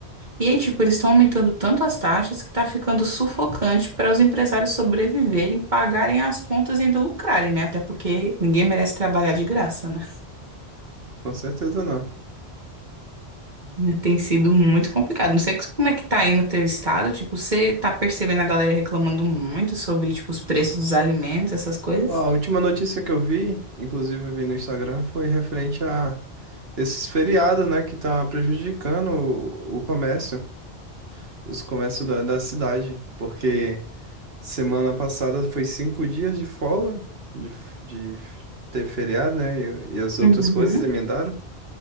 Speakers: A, on the right (about 45°); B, on the right (about 65°).
A: E aí, tipo, eles estão aumentando tanto as taxas que tá ficando sufocante para os empresários sobreviverem, pagarem as contas e ainda lucrarem, né? Até porque ninguém merece trabalhar de graça, né?
B: <laughs> Com certeza não.
A: Né, Tem sido muito complicado. Não sei como é que tá aí no teu estado. Tipo, você tá percebendo a galera reclamando muito sobre, tipo, os preços dos alimentos, essas coisas?
B: Ó, a última notícia que eu vi, inclusive eu vi no Instagram, foi referente a esses feriados, né, que tá prejudicando o o comércio. os comércios da, da cidade, porque semana passada foi cinco dias de folga, de, f- de teve feriado, né? E, e as outras
A: Uhum,
B: coisas emendaram.